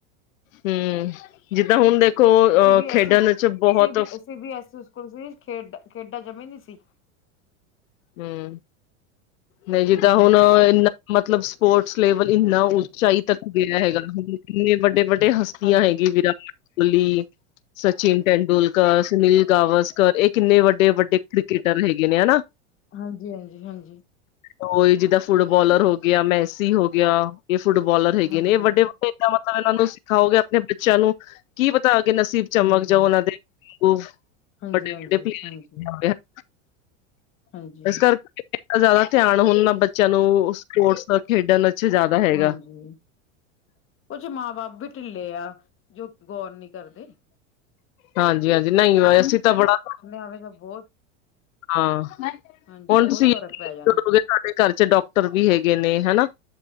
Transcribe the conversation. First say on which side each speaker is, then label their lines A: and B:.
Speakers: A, on the left; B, on the left.
A: ਹੂੰ ਜਿੱਦਾਂ ਹੁਣ ਦੇਖੋ ਅ
B: ਅਸੀਂ ਵੀ
A: ਖੇਡਣ
B: ਐਸੀ
A: ਚ ਬਹੁਤ
B: ਸੀ ਬੀ ਸੀ ਬੀ ਐਸ ਤੁਸੀ ਖੇਡ ਖੇਡਾਂ ਜਮਾ ਨੀ ਸੀ।
A: ਹਮ, ਨਹੀਂ ਜਿੱਦਾਂ
B: ਹਮ
A: ਹੁਣ ਇੰਨਾ ਮਤਲਬ ਸਪੋਰਟਸ ਲੇਵਲ ਇੰਨਾ ਉਚਾਈ ਤੱਕ ਗਿਆ ਹੈਗਾ ਹ ਕਿੰਨੇ ਵੱਡੇ ਵੱਡੇ ਹਸਤੀਆਂ
B: ਹਾਂਜੀ
A: ਹੈਗੀ ਵਿਰਾਟ ਕੋਲੀ, ਸਚਿਨ ਤੇੈਂਡੁਲਕਰ, ਸੁਨੀਲ ਗਾਵਸ ਇਹ ਕਿੰਨੇ ਵੱਡੇ ਵੱਡੇ ਕ੍ਰਿਕਟਰ ਹੈਗੇ ਨੇ ਹਨਾ?
B: ਹਾਂਜੀ, ਹਾਂਜੀ, ਹਾਂਜੀ।
A: ਉਹੀ ਜਿੱਦਾਂ ਫੁੱਟਬਾਲਰ ਹੋ ਗਿਆ, ਮੈਸੀ ਹੋ ਗਿਆ, ਇਹ ਫੁਟਬਾਲਰ ਹੈਗੇ
B: ਹਾਂਜੀ
A: ਨੇ ਇਹ ਵੱਡੇ ਵੱਡੇ ਏਦਾਂ ਮਤਲਬ ਇਹਨਾਂ ਨੂੰ ਖਾਓਗੇ ਆਪਣੇ ਬੱਚਿਆਂ ਨੂੰ ਕੀ ਪਤਾ ਅਗੇ ਨਸੀਬ ਚਮਕ
B: ਹਮ
A: ਜਾਓ ਉਹਨਾਂ ਦੇ ਵੱਡੇ-ਵੱਡੇ
B: ਹਾਂਜੀ ਹਾਂਜੀ
A: ਪਲੇਅਰ
B: ਹਾਂਜੀ
A: <inaudible>
B: ਹਾਂਜੀ
A: ਇਸ ਕਰਕੇ ਦਾ ਜ਼ਿਆਦਾ ਧਿਆਨ ਹੁਣ ਨਾ ਬੱਚਿਆਂ ਨੂੰ ਸਪੋਰਟਸ ਖੇਡਣ ਚ ਜ਼ਿਆਦਾ ਹੈਗਾ
B: ਹਾਂਜੀ, ਉਜ ਮਾਂ-ਬਾਪ ਵੀ ਢਿੱਲੇ ਆ। ਜੋ ਗੌਰ ਨੀ ਕਰਦੇ।
A: ਹਾਂਜੀ-ਹਾਂਜੀ ਨਹੀਂ ਵਾ ਅਸੀਂ ਤਾਂ ਬੜਾ
B: ਆਵੇਂ ਤਾਂ ਬਹੁਤ-
A: ਹਾਂ,
B: ਹਾਂਜੀ
A: ਹੁਣ
B: ਬਹੁਤ
A: ਤੁਸੀਂ
B: ਫ਼ਰਕ ਪੈ
A: <inaudible>
B: ਜਾਣਾ
A: ਸਾਡੇ ਘਰ ਚ ਡਾਕਟਰ ਵੀ ਹੈਗੇ ਨੇ ਹਨਾ?